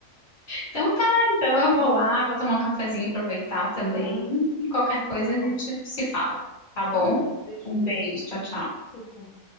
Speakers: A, on the left; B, on the left.
A: Então tá, então eu vou
B: Tá.
A: lá, vou tomar um cafezinho, aproveitar também.
B: Ah,
A: E qualquer coisa
B: tá bom.
A: a gente se fala, tá bom?
B: Tá bom. Beijinho.
A: Um beijo, tchau, tchau.
B: Tchau, tchau.